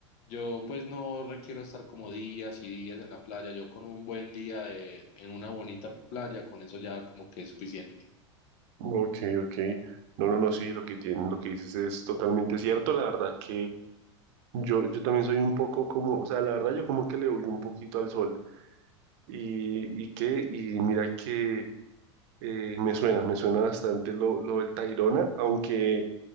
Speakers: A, on the left; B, on the right.
A: yo pues no requiero estar como días y días en la playa. Yo con un buen día de- en una bonita playa, con eso ya como que es suficiente.
B: ok, ok. No, no, no, sí, lo que tienen, lo que dices es totalmente cierto. La verdad que yo, yo también soy un poco como, o sea, la verdad yo como que le huyo un poquito al sol. Y, y qué, y mira que Eh, me suena, me suena bastante lo, lo del Tayrona, aunque